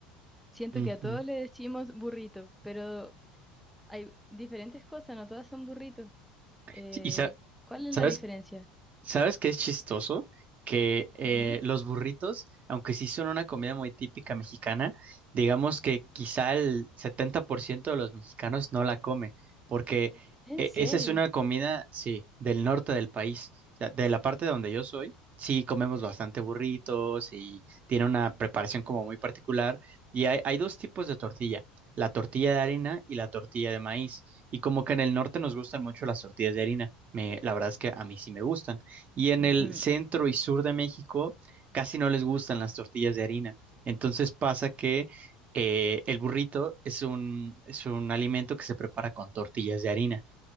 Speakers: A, in the centre; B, on the right.
A: Siento
B: Ujú.
A: que a todos le decimos burrito, pero hay diferentes cosas, no todas son burritos. Eh,
B: Sí, ¿Y sa-
A: ¿cuál es
B: sabes?
A: la diferencia?
B: ¿Sabes qué es chistoso? Que eh,
A: ujú,
B: los burritos, aunque sí son una comida muy típica mexicana, digamos que quizá el 70% de los mexicanos no la come, porque
A: ¿En
B: eh,
A: serio?
B: esa es una comida, sí, del norte del país, o sea, de la parte donde yo soy, sí comemos bastante burritos y tiene una preparación como muy particular, y hay, hay dos tipos de tortilla, la tortilla de harina y la tortilla de maíz, y como que en el norte nos gustan mucho las tortillas de harina, me, la verdad es que a mí sí me gustan. Y en
A: ujú.
B: el centro y sur de México casi no les gustan las tortillas de harina. Entonces pasa que eh, el burrito es un, es un alimento que se prepara con tortillas de harina.